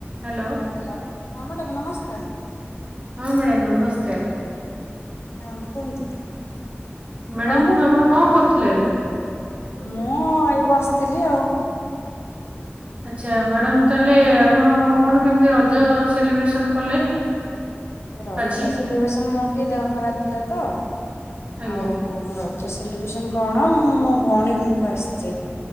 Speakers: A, on the right; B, on the left.
A: Hello.
B: Hello ହଁ madam ନମସ୍କାର।
A: ହଁ ମ୍ୟାଡ଼ାମ ନମସ୍କାର।
B: ହଁ କୁହନ୍ତୁ।
A: ମ୍ୟାଡାମ
B: କଣ କରୁ
A: ଆପଣ କଣ କରୁଥିଲେ ଏବେ?
B: ମୁଁ ଏଇ ବସିଥିଲି ଆଉ।
A: ଆଚ୍ଛା ମ୍ୟାଡ଼ାମ ତାହଲେ ଆପଣ କଣ କେମିତି ରଜ ସେଲିବ୍ରେସନ କଲେ?
B: ରଜ
A: ଆଜି?
B: ସେଲିବ୍ରେସନ ମୋର ଟିକେ ଦେହ ଖରାପ ଥିଲା ତ
A: ଆଜ୍ଞା
B: ଆଉ ହୋ ରଜ ସେଲିବ୍ରେସନ କଣ ମୁଁ ମୋ ଭଉଣୀ ଘରକୁ ଆସିଛି।